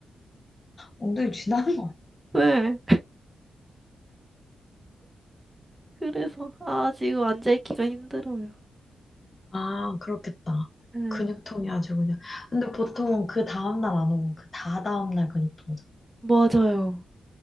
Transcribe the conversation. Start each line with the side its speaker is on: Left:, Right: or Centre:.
Left: 엉덩이 쥐나는 거
Right: 네. 그래서, 아, 지금 앉아있기가 힘들어요.
Left: 아, 그렇겠다.
Right: 응,
Left: 근육통이 아주 그냥. 근데 보통 그 다음날 안 오고 그 다다음날 근육통 오잖아.
Right: 맞아요.